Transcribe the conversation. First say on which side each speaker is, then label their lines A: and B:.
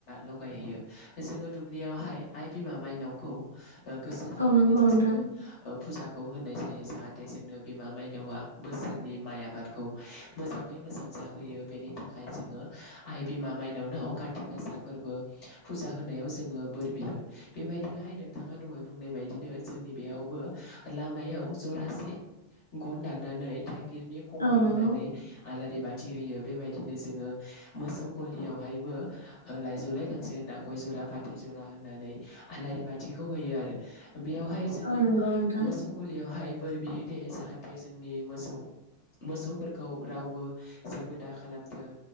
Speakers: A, on the left; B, on the left.
A: लगायहैयो जोङो दुब्लियावहाय आइ बिमा माइनावखौ ओ गोसोखांनानै
B: औ नंगौ नोंथां
A: जोङो ओब फुजाखौ होनाय जायो जाहाथे जोंनो बिमा मायनावा बोसोरनि माइ आबादखौ मोजाङै मोजां जाहोयो बेनि थाखाय जों ङो आइ बिमा माइनावनाव काथि गासा फोरबो फुजा होनायाव जोङो बोर बियो बेबायदिनोहाय नोंथाङा दहाय बुंनाय बायदिनो जोंनि बेयावबो लामायाव जरासे गन दान्नानै थाइगिरनि खंखौ
B: औ नंगौ
A: होनानै आलारि बाथि होयो। बेबायदिनो जोङो मोसौ गलियावहायबो लाइजौलाय गांसे होनना गय जरा फाथै जरा होननानै आलारि बाथिखौ होयो आरो बेयावहाय जोङो
B: औ नंगौ नोंथां
A: मोसौ गलियावहाय बोर बियो। दे जाहाथे जोंनि मोसौ मोसौफोरखौ रावबो जेबो दाखालामथों